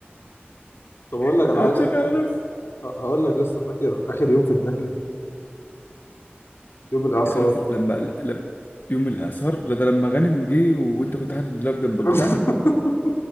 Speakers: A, on the left (about 75°); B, on the left (about 50°).
A: طب أقول
B: <laughs>
A: لك على
B: انا
A: حاجة
B: اتشك على نفسي
A: ه- هقول لك يا اسطى فاكر آخر يوم في الدخلي يوم الإعصار
B: غانم في لما لما يوم الاعصار لا ده لما غانم جه وانت كنت قاعد اللاب جنب
A: <laughs>
B: البتاع